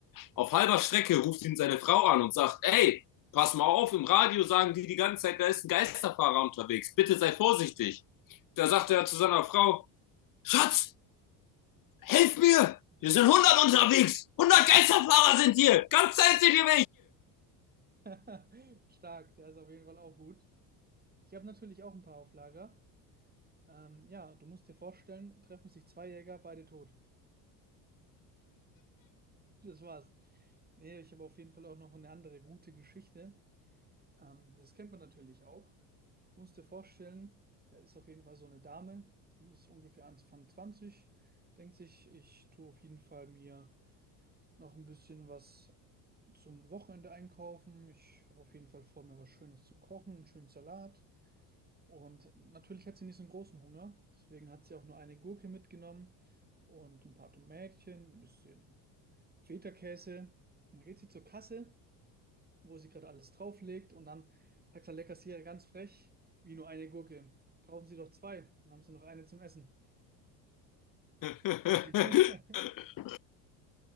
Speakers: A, on the left (about 50°); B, on the right (about 20°).
A: Auf halber Strecke ruft ihn seine Frau an und sagt, ey, pass mal auf, im Radio sagen die die ganze Zeit, da ist ein Geisterfahrer unterwegs, bitte sei vorsichtig. Da sagt er zu seiner Frau, Schatz, helf mir, hier sind hundert unterwegs, Hundert Geisterfahrer sind hier, ganz Zeit sind hier
B: <laughs> Stark, der ist auf jeden Fall auch gut. Ich habe natürlich auch ein paar auf Lager. Ähm, ja, du musst dir vorstellen, treffen sich zwei Jäger, beide tot. Das war's. Nee, ich habe auf jeden Fall auch noch eine andere gute Geschichte. Ähm, das kennt man natürlich auch. Du musst dir vorstellen, da ist auf jeden Fall so eine Dame, die ist ungefähr Anfang 20. denkt sich, ich tue auf jeden Fall mir noch ein bisschen was zum Wochenende einkaufen. Ich habe auf jeden Fall vor, mir was Schönes zu kochen, einen schönen Salat. Und natürlich hat sie nicht so einen großen Hunger. Deswegen hat sie auch nur eine Gurke mitgenommen und ein paar Tomätchen, ein bisschen Feta-Käse. Und dann geht sie zur Kasse, wo sie gerade alles drauflegt. Und dann sagt der Kassierer ganz frech, wie nur eine Gurke. Kaufen Sie doch zwei, dann haben Sie noch eine zum Essen.
A: welche.
B: <laughs>
A: <laughs>